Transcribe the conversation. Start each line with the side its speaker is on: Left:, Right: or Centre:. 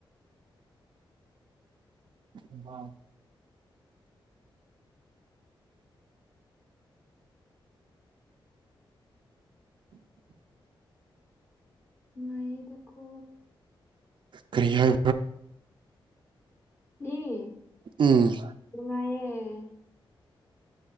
Right: ꯏꯝꯐꯥꯜ <unintelligible> <inaudible>
Left: ꯅꯨꯡꯉꯥꯏꯌꯦꯗꯀꯣ
Right: ꯀꯔꯤꯍꯥꯏ
Left: ꯅꯤ
Right: ꯎꯝ
Left: ꯅꯨꯡꯉꯥꯏꯌꯦ